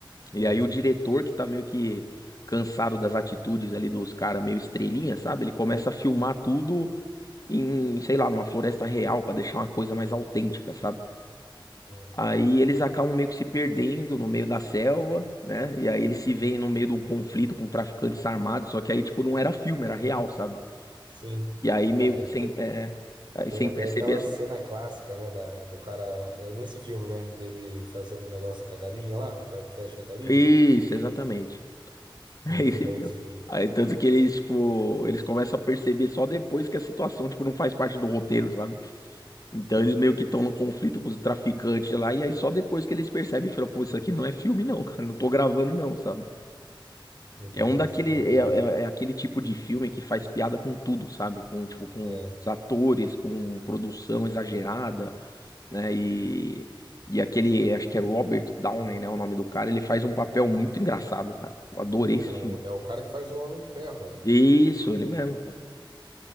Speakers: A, on the left; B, on the right.
A: E
B: aham,
A: aí o diretor que tá meio que cansado das atitudes ali dos caras meio estrelinha, sabe? Ele começa a filmar tudo em, sei lá, numa floresta real pra deixar uma coisa mais autêntica, sabe?
B: é.
A: Aí eles acabam meio que se perdendo no meio da selva, né? E aí eles se veem no meio de um conflito com traficantes armados, só que aí, tipo, não era filme, era real, sabe?
B: Sim.
A: E aí meio
B: Mano, eu
A: sem,
B: te-
A: é, aí
B: tem
A: sem
B: até
A: perceber
B: aquela
A: essas.
B: cena clássica, né? Da, do cara. É nesse filme, né? Dele fazendo o negócio com a galinha lá, o arco e flecha com a galinha.
A: Isso, exatamente. <laughs> É
B: Muito
A: esse
B: bom
A: filme.
B: esse filme, cara.
A: Aí tanto que eles, tipo, eles começam a perceber só depois que a situação, tipo, não faz parte do roteiro, sabe? Então eles meio que estão no conflito com os traficantes lá, e aí só depois que eles percebem e falam, pô, isso aqui não é filme, não, <laughs> cara, não tô gravando, não, sabe?
B: Muito
A: É
B: bom,
A: um daquele,
B: esse filme é bom,
A: é, é-
B: cara.
A: é aquele tipo de filme que faz piada com tudo, sabe? Com, tipo, com
B: É.
A: os atores, com produção exagerada, né? E, e aquele, acho que é Robert Downey, né? O nome do cara, ele faz um papel muito engraçado, cara. Eu adorei esse
B: O,
A: filme.
B: é o cara que faz o Homem de Ferro, velho.
A: Isso, ele mesmo, pô.